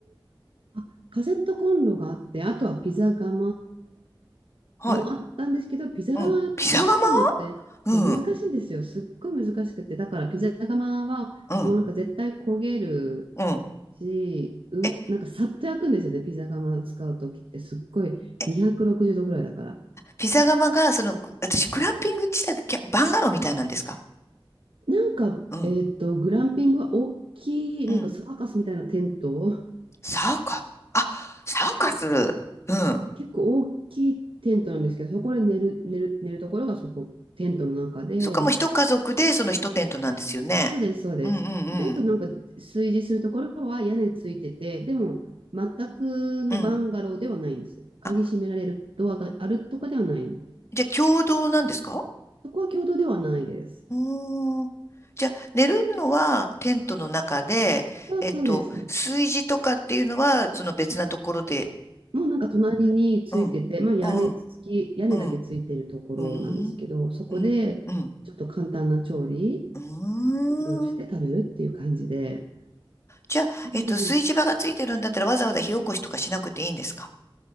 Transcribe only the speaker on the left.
はい。
うん。ピザ窯うん。
うん。うん。
え、
えピザ窯が、その、ぐ私、グランピング地帯、キャバンガローみたいなんですか
うん。
うん。
サーカあ、サーカス。うん。
そっか、もう一家族で、その一テントなんですよね。
うんうん
うん。
うん。
あ、じゃあ、共同なんですか
おー。じゃあ、寝るのはテントの中で、
えっと、炊事とかっていうのは、その別なところで、
うん。
うんうん
うん。うん。
うん。うん。うーん。
じゃあ、
えっと、炊事場がついてるんだったらわざわざ火起こしとかしなくていいんですか